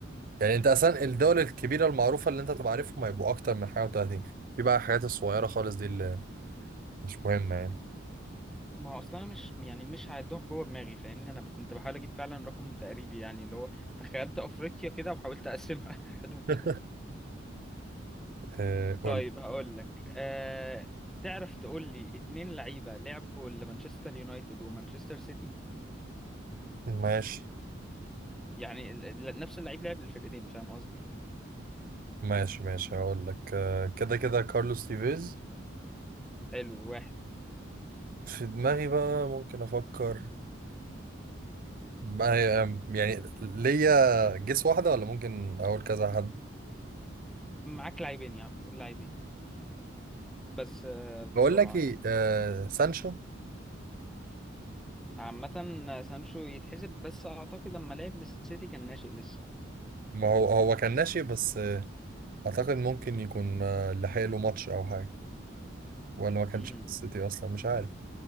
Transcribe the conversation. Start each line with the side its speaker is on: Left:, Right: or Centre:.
Right: يعني أنت أصلا الدول الكبيرة المعروفة اللي أنت تبقى عارفهم هيبقوا أكتر من حاجة و30 في بقى الحاجات الصغيرة خالص دي اللي مش مهمة يعني
Centre: ما هو اصلا انا مش يعني مش هعدهم جوه دماغي فاهمني انا ب- كنت بحاول اجيب فعلا رقم تقريبي يعني اللي هو تخيلت افريقيا كده وحاولت اقسمها <laughs> حدود
Right: <laughs> آه،
Centre: طيب
Right: قول
Centre: هقول لك أه... تعرف تقول لي اتنين لعيبة لعبوا لمانشستر يونايتد ومانشستر سيتي
Right: ماشي
Centre: يعني ال- ال- نفس اللعيب لعب للفرقتين فاهم قصدي
Right: ماشي ماشي هقول لك آه، كده كده كارلوس تيفيز
Centre: حلو واحد
Right: في دماغي بقى ممكن أفكر ما- آم، يعني ليا جيس واحدة ولا ممكن أقول كذا حد
Centre: معاك لاعبين يا عم قول لاعبين بس أه... بسرعة
Right: بقول لك إيه
Centre: يعني
Right: آه، سانشو
Centre: عامة سانشو يتحسب بس أعتقد أما لعب للسيتي كان ناشئ لسه
Right: ما هو هو كان ناشئ بس آه، اعتقد ممكن يكون آه، لحق له ماتش او حاجه ولا ما كانش
Centre: امم
Right: في السيتي اصلا مش عارف